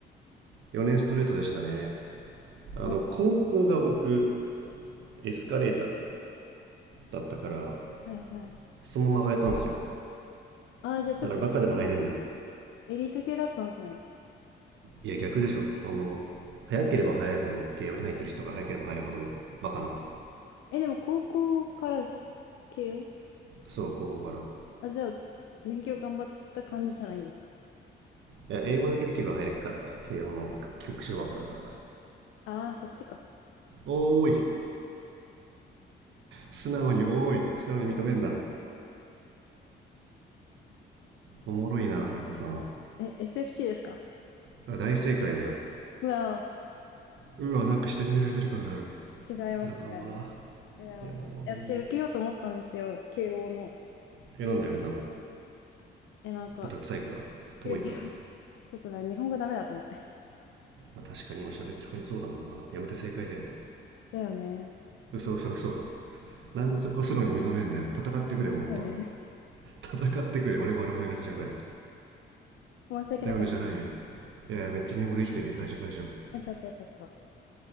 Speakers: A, on the right (about 75°); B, on the left (about 75°).
A: 4年ストレートでしたねあの高校が僕
B: あ、は
A: エスカレーターだったから
B: いはい。
A: そのまま上がれたんすよ
B: あ、じゃあちょっと
A: だからバカでも入れんのよ
B: エリート系だったんですね。
A: いや逆でしょあの早ければ早いほど慶応に入ってる人が早ければ早いほどバカなのよ
B: え、でも高校からです系を
A: そうここから
B: あ、じゃあ勉強頑張った感じじゃないんですか
A: いや英語だけできれば入れっから慶応の帰国子女枠だから
B: ああー、そっちか。
A: おーい素直におーい素直に認めんなおもろいなはるかさん
B: え、SFC ですか
A: 大正解だよ
B: うわ
A: うわなんか下に見られてる感がある
B: ー、違います、
A: やだわ
B: 違います。違います。
A: やだわも
B: いや私受けようと思ったんですよ、慶応の。
A: う選んでやめたの
B: え、なんか、
A: 豚臭いから遠いからま
B: 違う違う。ちょっとね日本語ダメだと思って。
A: あ確かに今喋ってる感じそうだもんなやめて正解だよ
B: だよね。
A: 嘘嘘嘘 <laughs> なんでそこ素直に認めんだよ戦ってくれよもっと
B: だよね。<laughs>
A: 戦ってくれ俺が悪者になっちゃうから
B: 申し訳なくなってる。
A: だよねじゃないよいやいやめっちゃ日本語できてるよ大丈夫大丈夫
B: よかったよかった。